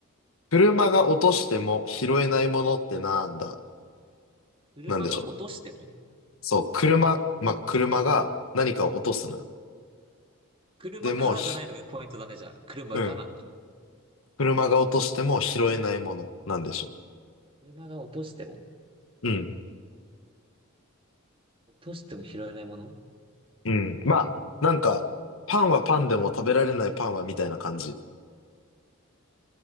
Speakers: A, on the left; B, on the right.
A: 車が落としても拾えないものってなんだ
B: 車が落としても、
A: なんでしょうそう、車、まあ、車が何かを落とすのよ。
B: 車からじゃないのがポイントだね、
A: でも、ひ、
B: じゃあ。車がなんだ。
A: うん。車が落としても拾えないもの。なんでしょ
B: 車が落としても、
A: ううん。
B: 落としても拾えないもの
A: うん。まあ、なんか、パンはパンでも食べられないパンはみたいな感じ。